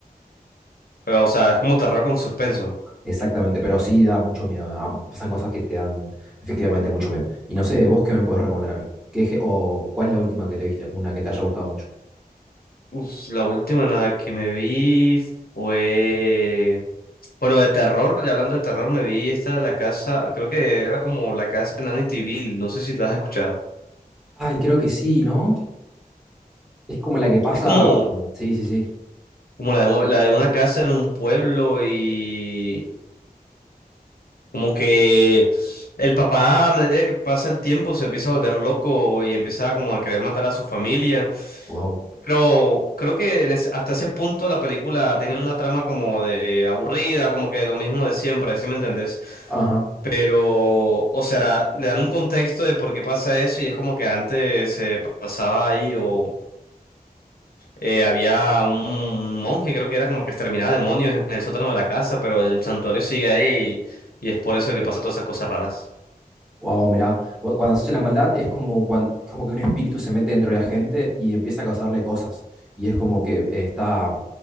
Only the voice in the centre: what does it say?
Exactamente, pero sí da mucho miedo. ah, Pasan cosas que te dan efectivamente mucho miedo. Y no sé, vos qué me podés recomendar a mí. ¿Qué, gé- o cuál es la última que te viste? Una que te haya gustado mucho.
Ay, creo que sí, ¿no? Es como la que pasa.
Sí, sí, sí.
Wow.
Ajá.
Wow, mirá. Cu- Cuando se echa la maldad es como, cuan- como que un espíritu se mete dentro de la gente y empieza a causarle cosas. Y es como que eh, está,